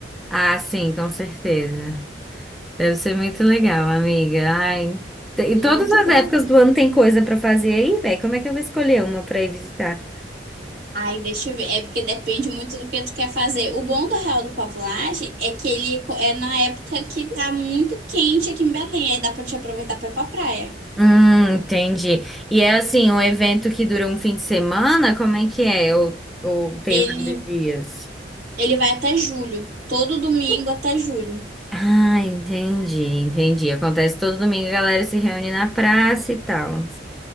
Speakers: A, in the centre; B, on the right.
A: Ah, sim, com certeza. Deve ser muito legal, amiga. Ai, te-
B: Muito
A: e todas as
B: bom.
A: épocas do ano tem coisa pra fazer aí, velho. Como é que eu vou escolher uma pra ir visitar?
B: Aí, deixa eu ver. É porque depende muito do que tu quer fazer. O bom do Real do Pavulagem é que ele co- é na época que tá muito quente aqui em Belém. Aí dá pra te aproveitar pra ir pra praia.
A: Hum, entendi. E é assim, um evento que dura um fim de semana? Como é que é? Ou, ou tem
B: Ele,
A: vários dias?
B: ele vai até julho. Todo domingo até julho.
A: Ah, entendi, entendi. Acontece todo domingo, a galera se reúne na praça e tal. <laughs>